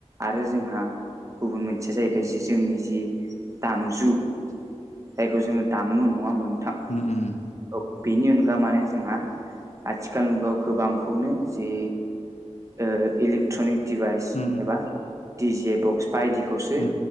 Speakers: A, on the right; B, on the left.
A: आरो जोंहा गुबुन मोनसेया जाहैबाय जे जोंनि जि दामजु जायखौ जोङो दामोमोन नङा होमबा नोंथां?
B: उम उम उम
A: औ बेनि अनगा माने जोंहा आथिखाल मुगायाव गोबांखौनो जि ओ इलेक्ट्रनिक डिभाइस
B: उम
A: एबा डिजे बक्स बायदिखौसो
B: उम